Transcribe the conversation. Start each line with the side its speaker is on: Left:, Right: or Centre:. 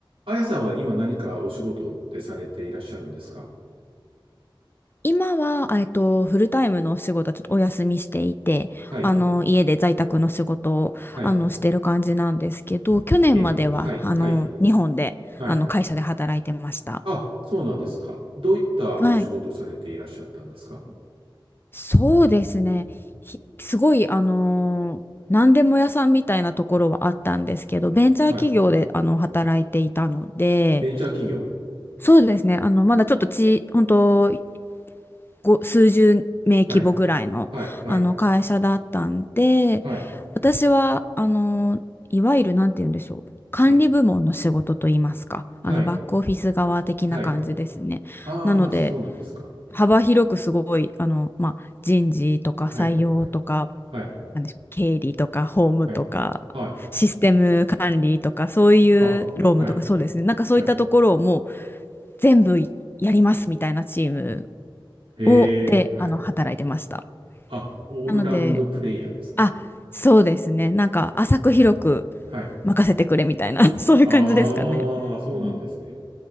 Right: あやさんは今何かお仕事ってされていらっしゃるんですか
Left: 今は、えっと、フルタイムのお仕事はちょっとお休みしていて、
Right: はい、
Left: あの、家で在宅の仕事を、
Right: はい、
Left: あの、してる感じなんですけど、去年までは、
Right: ええ、はい、
Left: あの、
Right: はい、
Left: 日本で、
Right: はい。
Left: あの、会社で働いてました。
Right: あ、そうなんですか。どういったお仕事をされていらっしゃったんですか
Left: はい。そうですね。ひすごい、あのー何でも屋さんみたいなところはあったんですけど、ベンチャー企業で、
Right: はい。
Left: あの、働いていたので、
Right: ベンチャー企業。
Left: そうですね。あの、まだちょっとち、本当ご数十名規模ぐらいの、
Right: はい、はい、はい、
Left: あの会社だったんで、
Right: はい、
Left: 私は、あの、いわゆる、なんて言うんでしょう。管理部門の仕事と言いますか、
Right: はい、
Left: あの、
Right: はい、
Left: バックオフィス側的な感じですね。
Right: はい。ああ、
Left: なので、
Right: そうなんですか。
Left: 幅広くすごい、あの、まあ、人事とか採用とか、
Right: はい、はい、
Left: なんでしょう、経理とか法務とか、
Right: はい、はい、
Left: システム管理とか、そういう労務とか、
Right: あ、はい、
Left: そうですね。なんかそういったところをもう
Right: はい。
Left: 全部やりますみたいなチーム
Right: ええ、
Left: を、で、
Right: はい。
Left: あの、働いてました。
Right: あ、オールラウンドプレイヤーですね。
Left: なので、あ、そうですね。なんか、浅く広く
Right: はい。
Left: 任せてくれみたいな、<laughs> そういう感じですかね。
Right: ああ、そうなんですね。
Left: うん